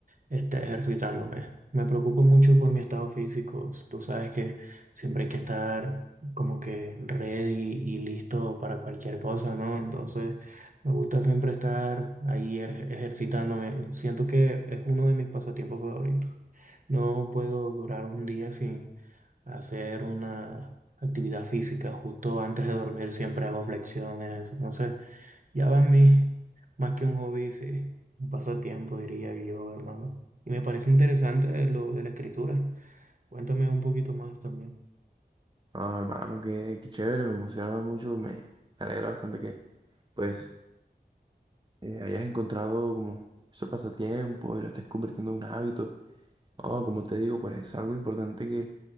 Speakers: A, on the right; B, on the right.
A: esté ejercitando, ¿ves? Me preocupo mucho por mi estado físico. Tú sabes que siempre hay que estar como que ready y listo para cualquier cosa, ¿no? Entonces, me gusta siempre estar ahí ej- ejercitándome. Siento que es uno de mis pasatiempos favoritos. No puedo durar un día sin hacer una actividad física. Justo antes de dormir siempre hago flexiones, no sé. Ya va a mí, más que un hobby, sí, un pasatiempo, diría yo, hermano. Y me parece interesante lo de la escritura. Cuéntame un poquito más también,
B: No, hermano, qué, qué chévere, me emociona mucho, me, me alegra bastante que pues eh, hayas encontrado como ese pasatiempo y lo estés convirtiendo en un hábito. No, como te digo, pues es algo importante que